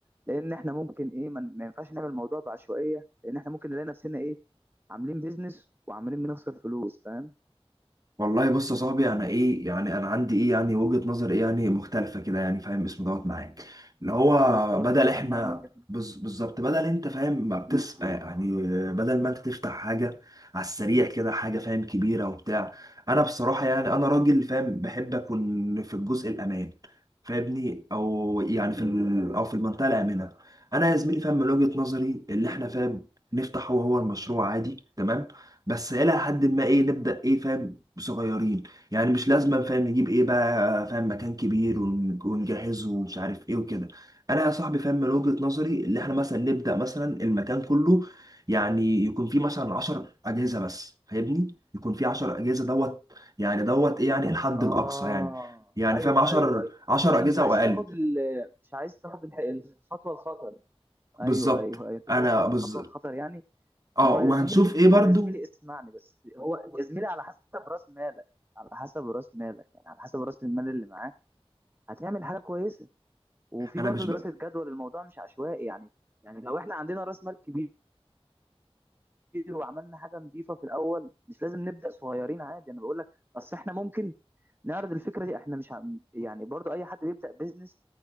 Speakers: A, on the right; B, on the right.
A: لان احنا ممكن ايه ما ما ينفعش نعمل الموضوع بعشوائيه لان احنا ممكن نلاقي نفسنا ايه عاملين بيزنس وعمالين بنخسر فلوس فاهم
B: والله بص يا صاحبي انا ايه يعني انا عندي ايه يعني وجهة نظر ايه يعني مختلفة كده يعني فاهم اسمه دوت معاك اللي هو
A: طب اتفضل
B: بدل احنا
A: سمعنا وجهة
B: بز- بالظبط بدل انت فاهم ما بتس يعني بدل ما انت تفتح حاجة على السريع كده حاجة فاهم كبيرة وبتاع انا بصراحة يعني انا راجل فاهم بحب اكون في الجزء الامان فاهمني او يعني في ال... او في المنطقة الآمنة انا يا زميلي فاهم من وجهة نظري اللي احنا فاهم نفتح هو هو المشروع عادي تمام بس الى حد ما ايه نبدا ايه فاهم صغيرين يعني مش لازم فاهم نجيب ايه بقى فاهم مكان كبير ون- ونجهزه ومش عارف ايه وكده انا يا صاحبي فاهم من وجهة نظري اللي احنا مثلا نبدأ مثلا المكان كله يعني يكون فيه مثلا 10 أجهزة بس فاهمني يكون فيه 10 أجهزة دوت يعني دوت ايه يعني الحد
A: اه
B: الأقصى يعني يعني
A: ايوه
B: فاهم 10
A: ايوه ايوه
B: 10
A: انت
B: أجهزة
A: مش عايز
B: أو أقل
A: تاخد ال... مش عايز تاخد الح- الخطوه الخطر ايوه
B: بالظبط
A: ايوه ايوه انت مش
B: انا
A: عايز تاخد
B: بز...
A: الخطوه الخطر يعني
B: اه
A: ما هو
B: وهنشوف
A: يا زميلي
B: ايه برضو
A: ما هو يا زميلي اسمعني بس هو يا زميلي على حسب راس مالك على حسب راس مالك يعني على حسب راس المال اللي معاك هتعمل حاجه كويسه وفي
B: انا
A: برضه
B: مش بقى
A: دراسه جدوى للموضوع مش عشوائي يعني يعني لو احنا عندنا راس مال كبير وعملنا حاجه نظيفه في الاول مش لازم نبدا صغيرين عادي انا بقول لك اصل احنا ممكن نعرض الفكره دي احنا مش عم- يعني برضو اي حد بيبدا بيزنس